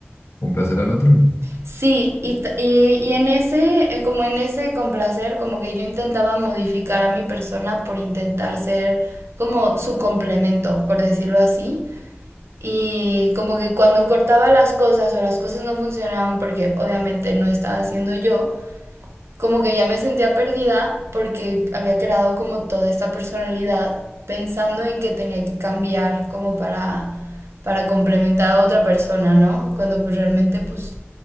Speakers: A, on the left (about 80°); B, on the right (about 80°).
A: Un placer al otro. ¿no?
B: Sí, y, t- y- y en ese, eh, como en ese complacer, como que yo intentaba modificar a mi persona por intentar ser como su complemento, por decirlo así. Y como que cuando cortaba las cosas o las cosas no funcionaban porque obviamente no estaba haciendo yo, como que ya me sentía perdida porque había creado como toda esta personalidad pensando en que tenía que cambiar como para, para complementar a otra persona, ¿no? Cuando pues realmente pues